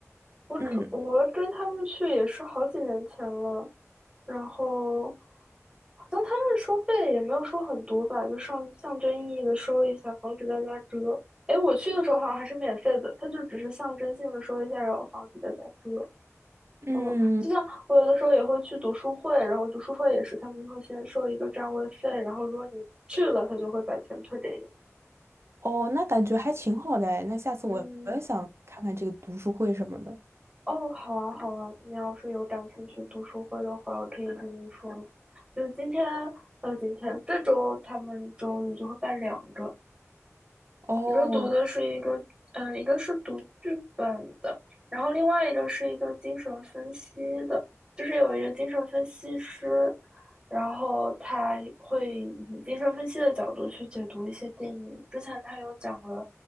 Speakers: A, on the right (about 20°); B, on the right (about 55°).
A: 我可我跟他们去也是好几年前了，
B: 嗯
A: 然后好像他们收费也没有收很多吧，就上象征意义的收一下，防止大家折。哎，我去的时候好像还是免费的，他就只是象征性的收一下，然后防止大家折。
B: 嗯，
A: 嗯，就像我有的时候也会去读书会，然后读书会也是他们会先收一个占位费，然后如果你去了，他就会把钱退给你。
B: 哦，那感觉还挺好的哎那下次我我也想看看这个读书会什么的。
A: 嗯，哦，好啊，好啊，你要是有感兴趣读书会的话，我可以跟你说。就是今天，呃，今天这周他们周日就会办两个，
B: 哦，
A: 一个读的是一个，嗯，一个是读剧本的，然后另外一个是一个精神分析的，就是有一个精神分析师，然后他会以精神分析的角度去解读一些电影。之前他有讲了